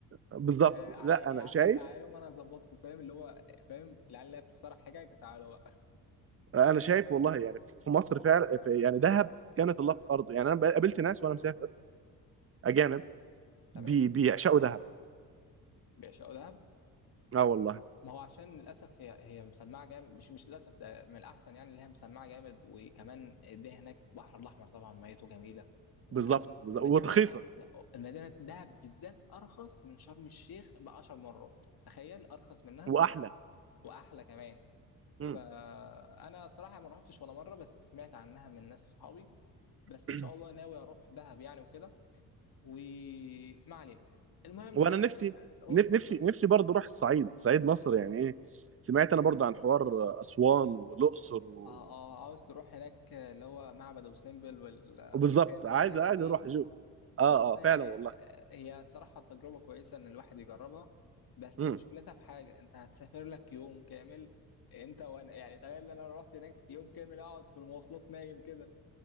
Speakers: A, on the right (about 30°); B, on the left (about 55°).
A: بالظبط
B: إيه على
A: لا انا
B: يا عم
A: شايف
B: تعالوا ما انا اظبطكم فاهم اللي هو فاهم العيال اللي هي بتقترح حاجه تعالوا بقى
A: انا شايف والله يعني في مصر فعلا في يعني دهب كانت الله في ارضه يعني انا قابلت ناس وانا مسافر اجانب
B: تمام
A: بي بيعشقوا دهب
B: بيعشقوا دهب
A: اه والله
B: ما هو عشان للاسف هي هي مسمعه جامد مش مش للاسف ده من الاحسن يعني اللي هي مسمعه جامد وكمان الدنيا هناك البحر الاحمر طبعا ميته جميله وكمان
A: بالظبط
B: المدينه
A: بالظبط. ورخيصه
B: المدينه دهب بالذات ارخص من شرم الشيخ ب 10 مرات تخيل ارخص منها
A: واحلى
B: واحلى كمان
A: مم.
B: فانا صراحه ما رحتش ولا مره بس سمعت عنها من ناس صحابي بس
A: <clears throat>
B: ان شاء الله ناوي اروح دهب يعني وكده وما علينا المهم
A: وانا نفسي
B: اوه
A: نف-
B: اتفضل
A: نفسي نفسي برضه اروح الصعيد صعيد مصر يعني ايه سمعت انا برضه عن حوار اسوان والاقصر و...
B: اه اه عاوز تروح هناك اللي هو معبد ابو سمبل وال-
A: وبالظبط
B: والفيله
A: عايز
B: والحاجات
A: عايز
B: دي
A: اروح اشوف اه
B: والله
A: اه فعلا والله
B: هي صراحه تجربه كويسه ان الواحد يجربها بس
A: مم.
B: مشكلتها في حاجه انت هتسافر لك يوم كامل انت وانا يعني تخيل ان انا رحت هناك يوم كامل اقعد في المواصلات نايم كده